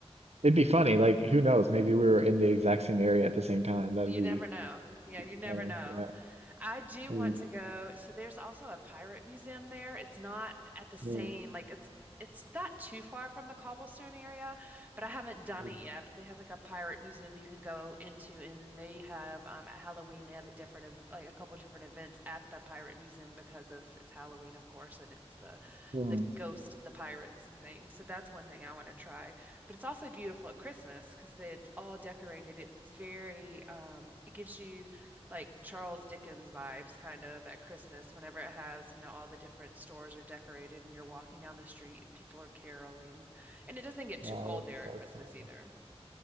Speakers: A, on the right; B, on the right.
A: it'd be funny. Like who knows? Maybe we were in the exact same area at the same time. That'd
B: You
A: be
B: never know. Yeah, you never
A: funny.
B: know.
A: yeah.
B: I do
A: Mm,
B: want to go. So there's also a pirate museum there. It's not at the same,
A: mm,
B: like it's it's not too far from the cobblestone area, but I haven't done
A: mm,
B: it yet. But they have like a pirate museum you can go into, and then they have um at Halloween they have a different of like a couple different events at the pirate museum because of it's Halloween, of course and it's the
A: mm.
B: the ghost of the pirates and things. So that's one thing I want to try. But it's also beautiful at Christmas because it's all decorated. It's very um, it gives you like Charles Dickens vibes kind of at Christmas whenever it has, you know, all the different stores are decorated and you're walking down the street and people are caroling. And it doesn't get too
A: Oh,
B: cold
A: that's
B: there
A: so
B: at Christmas
A: cool.
B: either.